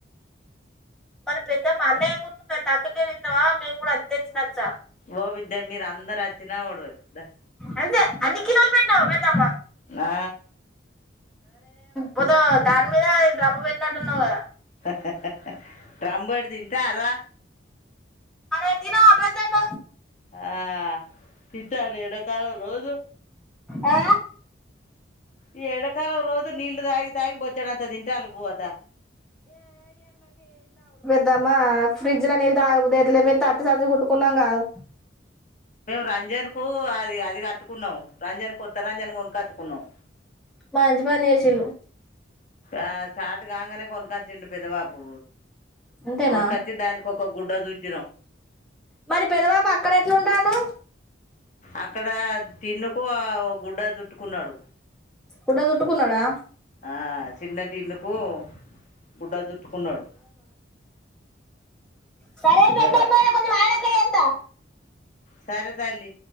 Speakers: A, in the centre; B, on the left (about 40°).
A: మరి పెద్దమ్మ అన్నయ్య కున్ను పెద్ద అక్కకే ఇత్తవా మేము కూడా అత్తేతినచ్చా
B: ఓ విడ్డ మీరు అందరు అచ్చినా ఓడవది ద
A: అంతే అన్ని కిలోలు పెట్టినవా పెద్దమ్మ
B: ఆ
A: ముందు దాని మీద డ్రమ్ము పెట్నట్టున్నావు కదా
B: హా హా హా డ్రంబడు తింటాడ్రా
A: ఆరే తినవా పెద్దమ్మ
B: ఆ తింటాంది ఎడకాలం రోజు
A: ఆ
B: ఈ ఎండకాలం రోజు నీళ్లు తాగి తాగి బొచ్చడంత తింటాండ్లు బువ్వ దా
A: ద్దమ్మా ఫ్రిడ్జ్ లో నీల్లు తాగబుద్దయితలే మేం తట్టు సంచి కుట్టుకున్నాం కాదు
B: రంజన్ కు అది అది కట్టు కున్నాం రంజన్ కొత్త రంజన్ కొనుకాచ్చుకున్నాం
A: మంచి పని చేసిళ్ళు
B: ఆ స్టార్ట్ కాంగనే కొనుకాచ్చిండు పెద్ద బాపు
A: అంతేనా
B: కొన్ కాచ్చి దానికోక్ క గుడ్డ చుట్
A: మరి పెదవాపు అక్కడ ఎట్లుంటండు
B: అక్కడ టిన్నుకు ఆ గుడ్డ చుట్టుకున్నాడు
A: గుడ్డ చుట్టుకున్నడా
B: ఆ చిన్న టిన్ను ఒ గుడ్డ చుట్టుకున్నాడు
A: సరే పెద్దమ్మ
B: ఇక
A: నే కొంచమయినంక చేత్త
B: సరే తల్లి